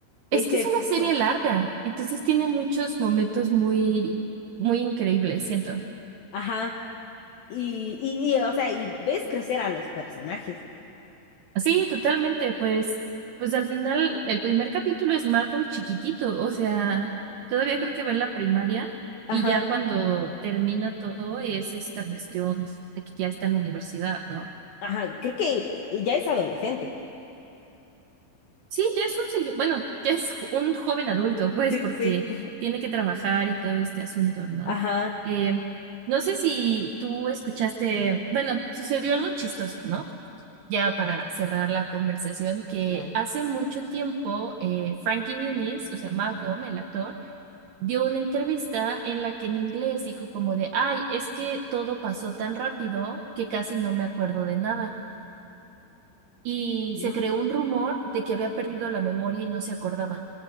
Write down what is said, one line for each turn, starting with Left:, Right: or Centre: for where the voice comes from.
Left: ese
Right: Es que es
Left: episodio.
Right: una serie larga, entonces tiene muchos momentos muy, muy increíbles, siento.
Left: Ajá, y, y, y, o sea, y ves crecer a los personajes.
Right: Sí, totalmente, pues, pues al final el primer capítulo es Malcolm chiquitito, o sea, todavía creo que va en la primaria
Left: Ajá,
Right: y ya cuando termina todo es esta cuestión de que ya está en la universidad, ¿no?
Left: ajá, creo que ya es adolescente.
Right: Sí, ya es un señor, bueno, ya es jo- un joven adulto, pues,
Left: Sí,
Right: porque
Left: sí, sí.
Right: tiene que trabajar y todo este asunto, ¿no?
Left: Ajá,
Right: Eh, no sé si tú escuchaste, bueno, sucedió algo chistoso, ¿no? ya para cerrar la conversación, que
Left: dale.
Right: hace mucho tiempo eh, Frankie Muniz, o sea, Malcolm, el actor, dio una entrevista en la que en inglés dijo como de, ay, es que todo pasó tan rápido que casi no me acuerdo de nada. Y
Left: Ujú.
Right: se creó un rumor de que había perdido la memoria y no se acordaba.